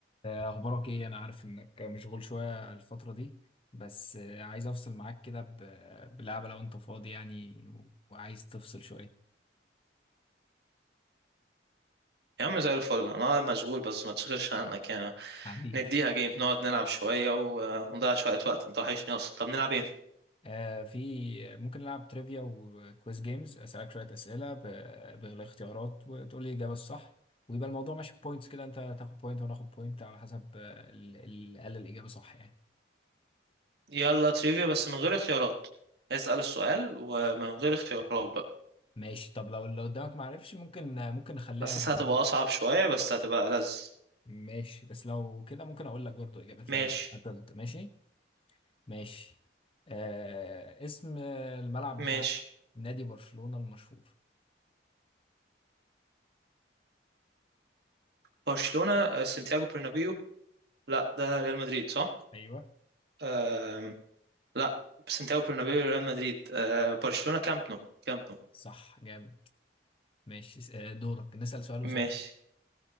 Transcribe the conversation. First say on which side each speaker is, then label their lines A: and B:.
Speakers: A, on the left; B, on the right.
A: آه، أخبارك إيه؟ أنا عارف إنك مشغول شوية الفترة دي بس آه، عايز أفصل معاك كده ب- بلعبة لو أنت فاضي يعني و- وعايز تفصل شوية
B: يا عم زي الفل انا مشغول بس ما تشغلش عنك يعني
A: حبيبي
B: نديها جيم نقعد نلعب شوية و- ونضيع شوية وقت انت وحشني اصلا طب نلعب ايه
A: آه في آه، ممكن نلعب تريفيا وكويز جيمز أسألك شوية أسئلة ب- بالاختيارات وتقول لي الإجابة الصح ويبقى الموضوع ماشي بوينتس كده أنت تاخد بوينت وأنا آخد بوينت على حسب آه، ال- اللي قال الإجابة صح يعني
B: يلا تريفيا بس من غير اختيارات اسأل السؤال ومن غير اختيارات بقى
A: ماشي طب لو اللي قدامك معرفش ممكن آه، ممكن نخليها
B: حاسسها
A: يعني
B: هتبقى
A: إيه
B: اصعب شوية بس هتبقى ألذ
A: ماشي بس لو كده ممكن أقول لك برضو إجابات
B: ماشي
A: لو قتلت ماشي ماشي آه اسم الملعب
B: ماشي
A: بتاع نادي برشلونة المشهور
B: برشلونة آه، سانتياغو برنابيو لا ده ريال مدريد صح
A: ايوه
B: أم... لا سانتياغو برنابيو ريال مدريد أه برشلونة كامب نو كامب نو
A: صح جامد ماشي س- آه، دورك نسأل سؤال وسؤال
B: ماشي